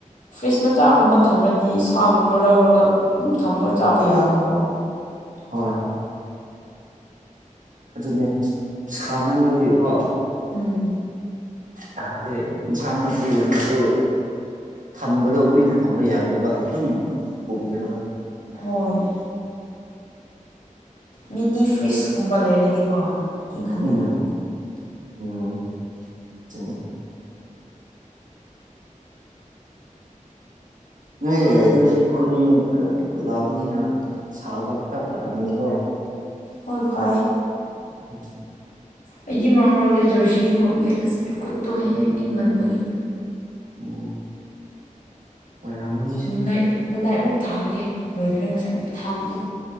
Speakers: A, on the left (about 70°); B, on the right (about 75°).
A: ꯐ꯭ꯔꯤꯖ ꯃꯆꯥꯒꯨꯝꯕ ꯊꯝꯃꯔꯗꯤ ꯁꯥꯒꯨꯝꯕ ꯂꯧꯔꯒ ꯑꯗꯨꯝ ꯊꯝꯃꯒ ꯆꯥꯕ ꯌꯥꯕꯀꯣ
B: ꯑꯥ ꯑꯗꯨꯅꯦ ꯁꯥꯃꯟꯕꯒꯤꯀꯣ
A: ꯎꯝ
B: ꯌꯥꯗꯦ ꯏꯟꯁꯥꯡ ꯅꯥꯄꯤꯕꯅꯤ ꯑꯗꯨ ꯊꯝꯕꯗꯣ ꯀꯨꯏꯅ ꯊꯝꯕ ꯌꯥꯔꯦꯕ ꯑꯗꯨꯝ ꯄꯨꯝꯃꯦꯕ
A: ꯍꯣꯏ ꯃꯤꯅꯤ ꯐ꯭ꯔꯤꯖꯀꯨꯝꯕ ꯂꯩꯔꯗꯤꯀꯣ ꯏꯪꯍꯟꯅꯤꯡꯉꯥꯏ
B: ꯎꯝ ꯎꯝ ꯑꯗꯨꯅꯤ ꯅꯣꯏ ꯑꯗꯨꯗꯤ ꯈꯨꯟ ꯂꯄꯅꯤꯅ ꯁꯥꯕ ꯈ꯭ꯔ ꯐꯔꯞꯅꯤꯀꯣ
A: ꯍꯣꯏ ꯐꯔꯦ
B: ꯎꯝ
A: ꯑꯩꯗꯤ ꯃꯔꯛ ꯃꯔꯛꯇ ꯖꯔꯁꯤꯁꯨ ꯍꯥꯄꯦ ꯑꯁꯤ ꯈꯨꯠꯇꯣ ꯍꯦꯛ ꯍꯦꯛ ꯏꯪꯒꯟꯕꯒꯤ
B: ꯎꯝ ꯑꯣꯏꯔꯝꯃꯅꯤ
A: ꯒꯨꯠꯅꯥꯏꯠ ꯒꯨꯠꯅꯥꯏꯠ ꯑꯃꯨꯛ ꯊꯥꯑꯒꯦ ꯂꯣꯏꯈ꯭ꯔꯦ ꯉꯁꯥꯏ ꯑ ꯊꯥꯕꯗꯣ